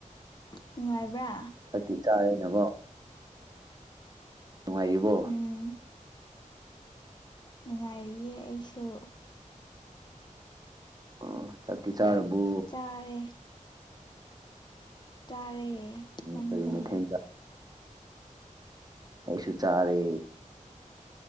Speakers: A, on the left; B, on the right.
A: ꯅꯨꯡꯉꯥꯏꯕ꯭ꯔꯥ
B: ꯐꯛꯇꯤ ꯇꯥꯔꯦꯅꯀꯣ ꯅꯨꯡꯉꯥꯏꯔꯤꯕꯣ
A: ꯎꯝ ꯅꯨꯡꯉꯥꯏꯔꯤꯌꯦ ꯑꯩꯁꯨ
B: ꯎ ꯆꯥꯛꯇꯤ ꯆꯥꯔꯕꯣ
A: ꯆꯥꯔꯦ ꯆꯥꯔꯦ ꯅꯪꯗꯤ
B: ꯀꯔꯤꯝꯅꯣ ꯊꯣꯡꯒꯦ ꯑꯩꯁꯨ ꯆꯥꯔꯦ